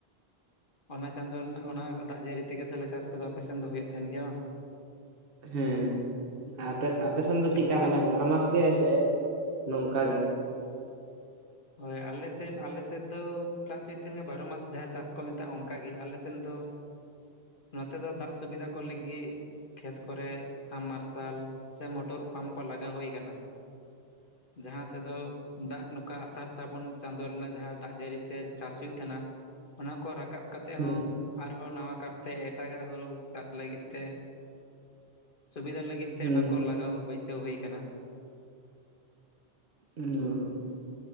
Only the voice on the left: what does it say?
ᱚᱱᱟ ᱪᱟᱸᱫᱳ ᱨᱮᱱᱟᱜ, ᱚᱱᱟ ᱫᱟᱜ ᱡᱟᱹᱨᱤ ᱛᱮᱜᱮ ᱛᱷᱟᱞᱮ ᱪᱟᱥ ᱠᱚᱫᱚ ᱟᱯᱮᱥᱮᱱ ᱫᱚ ᱦᱩᱭᱩᱜ ᱛᱟᱦᱮᱱ ᱜᱮᱭᱟ ᱵᱟᱝ?
ᱟᱞᱮ
ᱟᱞᱮ
ᱦᱳᱭ, ᱟᱞᱮᱥᱱ ᱟᱞᱮᱥᱮᱫ ᱫᱚ ᱪᱟᱥ ᱦᱩᱭᱩᱜ ᱛᱟᱦᱮᱱ ᱜᱮᱭᱟ ᱵᱟᱨᱚ ᱢᱟᱥ ᱡᱟᱦᱟ ᱪᱟᱥ ᱠᱚ ᱢᱮᱛᱟᱜᱼᱟ, ᱚᱱᱠᱟ ᱜᱮ ᱟᱞᱮᱥᱮᱱ ᱫᱚ ᱱᱚᱛᱮ ᱫᱚ ᱫᱟᱜ ᱥᱩᱵᱤᱫᱟ ᱠᱚ ᱞᱟᱹᱜᱤᱫ ᱠᱷᱮᱛ ᱠᱚᱨᱮ ᱥᱟᱸᱵᱢᱟᱨᱥᱟᱞ ᱥᱮ ᱢᱚᱴᱚᱨ ᱯᱟᱢ ᱠᱚ ᱞᱟᱜᱟᱣ ᱦᱩᱭ ᱟᱠᱟᱱᱟ, ᱡᱟᱦᱟᱸ ᱛᱮᱫᱚ ᱫᱟᱜ ᱱᱩ ᱚᱠᱟ ᱟᱥᱟᱨ ᱥᱟᱵᱚᱱ ᱪᱟᱸᱫᱳ ᱨᱮᱱᱟᱜ ᱡᱟᱦᱟᱸ ᱫᱟᱜ ᱡᱟᱹᱨᱤ ᱛᱮ ᱪᱟᱥ ᱦᱩᱭᱩᱜ ᱛᱟᱦᱮᱱᱟ, ᱚᱱᱟ ᱠᱚ ᱨᱟᱠᱟᱵ ᱠᱟᱛᱮ
ᱦᱚᱸ ᱟᱨᱦᱚᱸ ᱱᱟᱣᱟ ᱠᱟᱨᱛᱮ ᱮᱴᱟᱜᱟᱜ ᱦᱩᱨᱩ ᱪᱟᱥ ᱞᱟᱹᱜᱤᱫ ᱛᱮ, ᱥᱩᱵᱤᱫᱟ ᱞᱟᱹᱜᱤᱫ ᱛᱮ,
ᱚᱱᱟ ᱠᱚ ᱞᱟᱜᱟᱣ ᱵᱟᱹᱭᱥᱟᱹᱣ ᱦᱩᱭ ᱠᱟᱱᱟ᱾